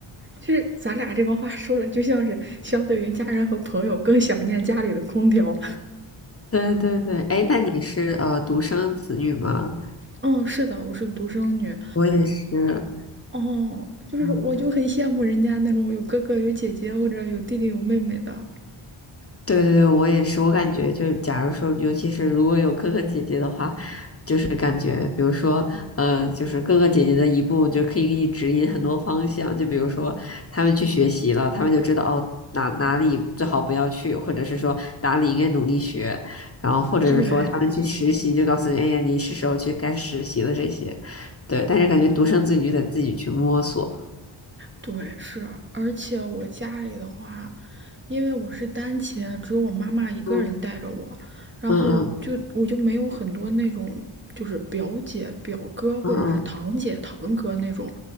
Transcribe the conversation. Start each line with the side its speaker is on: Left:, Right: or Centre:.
Right: 就是咱俩这个话说了，就像是相对于家人和朋友更想念家里的空调。
Left: 对对对，哎，那你是呃独生子女吗？
Right: 嗯，是的，我是独生女，
Left: 我也是，
Right: 哦，就是我就很羡慕人家那种有哥哥有姐姐或者有弟弟有妹妹的。
Left: 嗯对对对，我也是，我感觉就是，假如说，尤其是如果有哥哥姐姐的话，就是感觉，比如说，呃，就是哥哥姐姐的一步就可以给你指引很多方向，就比如说他们去学习了，他们就知道哦哪哪里最好不要去，或者是说哪里应该努力学，然后或者是说他们去实习，
Right: 对，
Left: 就告诉你，哎呀，你是时候去该实习了这些，对，但是感觉独生子女就得自己去摸索，
Right: 对，是。而且我家里的话，因为我是单亲，只有我妈妈一个人带着我，
Left: 嗯
Right: 然后就我就没有很多那种就是表姐、
Left: 嗯嗯
Right: 表哥或者是堂姐、
Left: 嗯
Right: 堂哥那种，